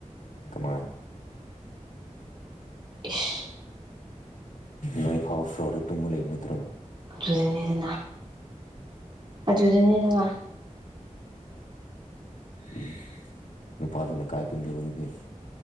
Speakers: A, on the left; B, on the right.
A: ꯁꯥꯏ
B: ꯏꯁ
A: ꯅꯣꯏ ꯐꯥꯎꯔ ꯁꯔ ꯇꯨꯝꯃ ꯂꯩ ꯏꯕ ꯅꯠꯇ꯭ꯔꯣ
B: ꯑꯗꯨꯗꯅꯤ ꯑꯗꯨꯅ ꯍꯧꯗꯅꯤꯗ
A: ꯎꯝ ꯅꯨꯄꯥꯗꯨꯅ ꯀꯥꯏ ꯇꯨꯝꯗꯕꯗꯨꯗꯤ